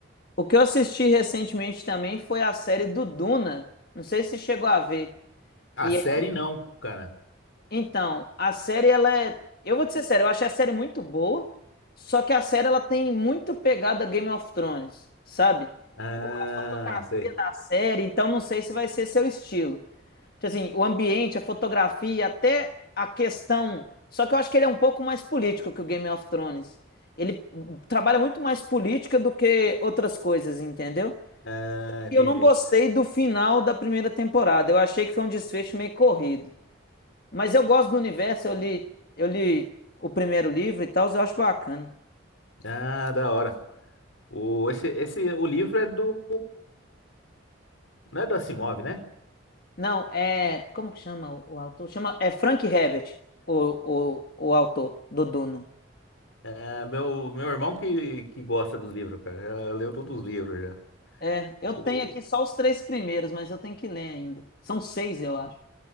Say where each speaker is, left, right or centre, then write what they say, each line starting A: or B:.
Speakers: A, on the left; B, on the left.
A: O que eu assisti recentemente também foi a série do Duna. Não sei se você chegou a ver.
B: A
A: E
B: série
A: é-
B: não, cara.
A: então, a série ela é, eu vou te ser sério, eu achei a série muito boa, só que a série ela tem muito pegada Game of Thrones, sabe?
B: Ah,
A: O- A fotografia
B: sei.
A: da série, então não sei se vai ser seu estilo. Tipo assim, o ambiente, a fotografia, até a questão. Só que eu acho que ele é um pouco mais político que o Game of Thrones. Ele hum, trabalha muito mais política do que outras coisas, entendeu?
B: Ah, entendi.
A: Eu não gostei do final da primeira temporada. Eu achei que foi um desfecho meio corrido. Mas eu gosto do universo, eu li, eu li o primeiro livro e tal, eu acho bacana.
B: Ah, da hora. O, esse, esse, o livro é do. Não é do Asimov, né?
A: Não, é. Como que chama o, o autor? Chama, é Frank Herbert, o, o, o autor do Duna.
B: É meu, meu irmão que, que gosta dos livros, cara. Já leu todos os livros já.
A: É, eu
B: O,
A: tenho aqui só os três primeiros, mas eu tenho que ler ainda. São seis, eu acho.